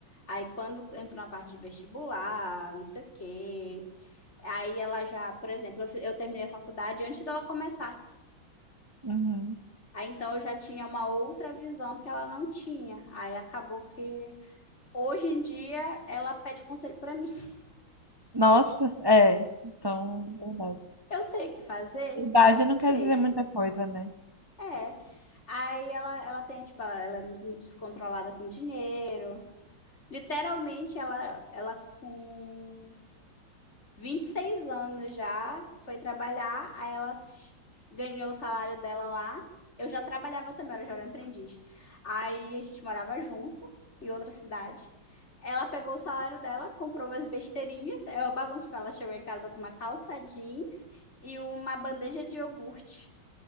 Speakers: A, on the left (about 30°); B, on the right (about 15°).
A: Aí quando entrou na parte de vestibular, não sei o quê, Aí ela já, por exemplo, eu, fi- eu terminei a faculdade antes dela começar.
B: Uhum.
A: Aí então eu já tinha uma outra visão que ela não tinha. Aí acabou que hoje em dia ela pede conselho pra mim. <laughs>
B: Nossa, é. Então, verdade.
A: Eu sei o que fazer?
B: É, idade
A: Não
B: não quer
A: sei.
B: dizer muita coisa, né?
A: É. Aí ela, ela tem, tipo, ela, ela é muito descontrolada com dinheiro. Literalmente, ela, ela com 26 anos já, foi trabalhar, aí ela ganhou o salário dela lá. Eu já trabalhava também, era jovem aprendiz. Aí a gente morava junto, em outra cidade. Ela pegou o salário dela, comprou umas besteirinhas. É uma bagunça, porque ela chegou em casa com uma calça jeans e uma bandeja de iogurte.